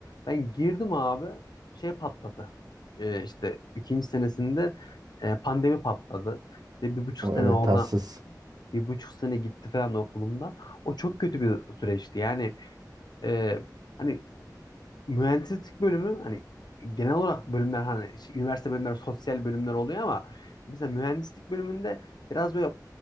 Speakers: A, on the left; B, on the right.
A: ben girdim abi şey patladı. E, işte ikinci senesinde e, pandemi patladı. İşte bir buçuk
B: O,
A: sene
B: evet
A: oradan
B: tatsız.
A: bir buçuk sene gitti falan okulumda. O çok kötü bir süreçti. Yani ee, hani mühendislik bölümü hani genel olarak bölümler hani şey, üniversite bölümleri sosyal bölümler oluyor ama mesela mühendislik bölümünde biraz böyle